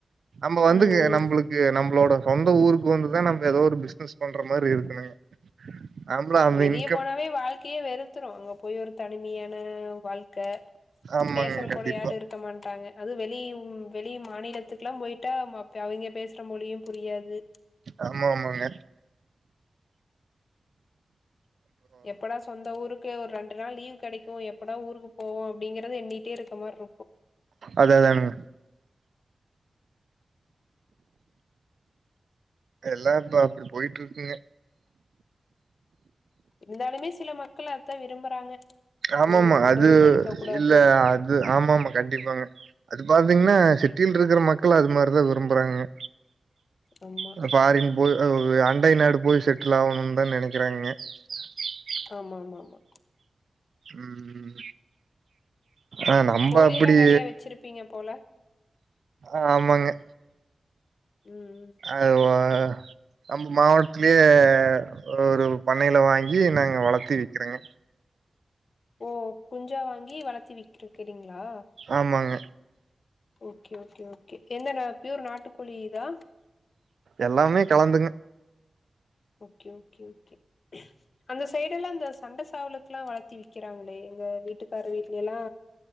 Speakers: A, on the right; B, on the left.
A: நம்ப வந்துங்க
B: ம் ம்
A: நம்ளுக்
B: ம்
A: க்கு நம்மளோட சொந்த ஊருக்கு வந்துதா நம்ம எதோ ஒரு பிஸ்னஸ் பண்ற மாறி இருக்கணுங்க ஆம்பள அமீன்
B: வெளிய போனாவே வாழ்க்கையே வெறுத்துரு அங்க போய் ஒரு தனிமையான வாழ்க்க
A: ஆமாங்க
B: பேசுற
A: கண்டிப்பா
B: கூட யாரு இருக்க மாட்டாங்க அது வெளி வெளி மாநிலத்துக்கெல்லா போயிட்டா அவங்க பேசுற மொழியு புரியாது
A: ஆமாமாங்க
B: எப்படா சொந்த ஊருக்கு ஒரு ரெண் டு நாள் லீவு கெடைக்கு எப்படா ஊருக்கு போவோ அப்டிங்கறத எண்ணிட்டே இருக்கமாரிருக்
A: அதேதானுங்க எல்லா இப்ப அப்டி போயிட்ருக்குங்க
B: இருந்தாலுமே சில மக்கள் அத்தா விரும்புறாங்க
A: ஆமாம
B: ஐயோ சொந்த
A: அது
B: ஊர்ல இருக்க கூடாது
A: இல்ல அது ஆமாமா கண்டிப்பாங்க அது பாத்தீங்கன்னா சிட்டியில இருக்ற மக்கள் அது மாரிதா விரும்புறாங்கங்க
B: ஆமா
A: ஆ ஃபாரின் போய் ஆ அண்டை நாடு போய் செட்டுல் ஆவணும்னுதா நெனைக்கிறாங்கங்க ச
B: ஆமாமாமா
A: ம் ம் ஆ நம்ப
B: கோழி
A: அப்டி
B: எல்லா நெறைய வச்சிருப்பீங்க போல
A: ஆமாங்க
B: ம் ம்
A: அதுவா நம்ம மாவட்த்திலியே ஒரு பண்ணையில வாங்கி நாங்க வளத்தி விக்கிறோங்க
B: ஓ குஞ்சா வாங்கி வளத்தி விக் விக்கிருக்கிறீங்களா
A: ஆமாங்க.
B: ஓகே ஓகே ஓகே என்னனா பியூர் நாட்டுக்கோழி இதா
A: எல்லாமே கலந்துங்க
B: ஓகே ஓகே ஓகே அந்த சைடு எல்லா அந்த சண்ட சாவலத்து எல்லா வளர்த்தி விக்கிறாங்களே எங்க வீட்டுக்கார வீட்ல எல்லா